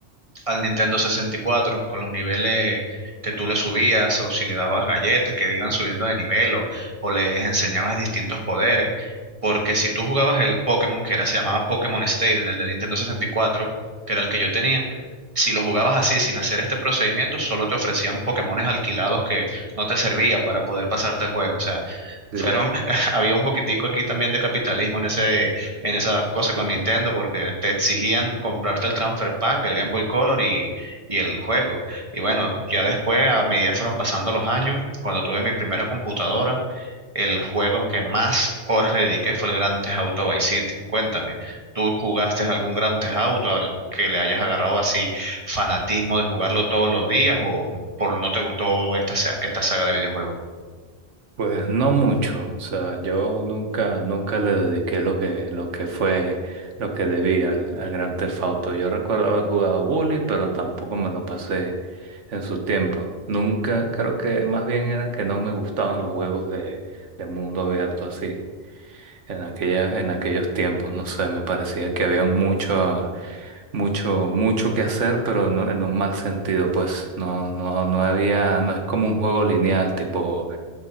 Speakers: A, on the right; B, on the right.
A: al Nintendo sesenta y cuatro con los niveles que tú le subías o si le dabas galletas que iban subiendo de nivel o, o les enseñabas distintos poderes. Porque si tú jugabas el Pokémon que era, se llamaba Pokémon Stadium, el de Nintendo sesenta y cuatro que era el que yo tenía, si lo jugabas así sin hacer este procedimiento, solo te ofrecían Pokémones alquilados que no te servía para poder pasarte el juego. O sea,
B: de-
A: fueron, <laughs> había un poquitico aquí también de capitalismo en ese, en esa cosa con
B: mm,
A: Nintendo porque te exigían comprarte el Transfer Pack, el Game Boy Color y, y el juego. Y bueno, ya después, a medida que fueron pasando los años, cuando tuve mi primera computadora, el juego que más horas le dediqué fue el Grand Theft Auto Vice City. Cuéntame, ¿tú jugaste algún Grand Theft Auto al que le hayas agarrado así fanatismo de jugarlo todos los días o por no te gustó esta, sa- esta saga de videojuegos?
B: Pues no mucho, o sea, yo nunca, nunca le dediqué lo que, lo que fue, lo que debía al, al Grand Theft Auto. Yo recuerdo haber jugado Bully, pero tampoco me lo pasé en su tiempo. Nunca, creo que más bien era que no me gustaban los juegos de, de mundo abierto así. En aquella, en aquellos tiempos, no sé, me parecía que había mucho, mucho, mucho que hacer, pero no, en un mal sentido, pues no, no, no había, no es como un juego lineal, tipo,